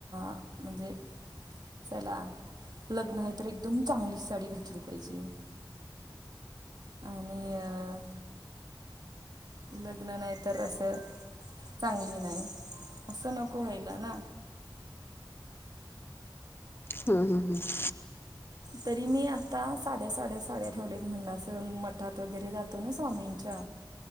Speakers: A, on the right; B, on the left.
A: हा म्हणजे चला लग्न हाय तर एकदम चांगलीच साडी घातली पाहिजे. आणि अ..... लग्न नाही तर असं चांगली नाही, असं नको व्हायला ना.
B: हम्म, ह ह...
A: तरी मी आता साध्या साड्या साड्या ठेवल्यात, म्हणलं असं मठात वगैरे जातो ना स्वामींच्या.